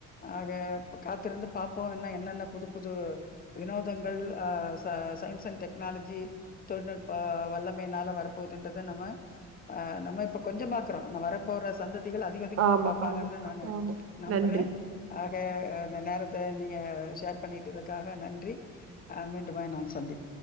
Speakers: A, on the left; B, on the right.
A: ஆக காத்திருந்து பாப்போ இன்னு என்னென்ன புது புது வினோதங்கள் ஆ ச சயின்ஸ் அண்ட் டெக்னாலஜி தொழில்நுட்ப வல்லமையினால வரப்போதுன்றத நம்ம அ நம்ம இப்ப கொஞ்ச பாக்கறோ இன்னு வரப்போற சந்த திகள் அதிக அதிகமா
B: ஆமா
A: பாப்பாங்கன்னு
B: ஆமா
A: தா நானு
B: ஆமா
A: நம்புறே
B: நன்றி
A: ஆ ஆ அந்த நேரத்த நீங்க ஷேர் பண்ணிட்டுது க்காக நன்றி அ மீண்டுமே நாம் சந்திப்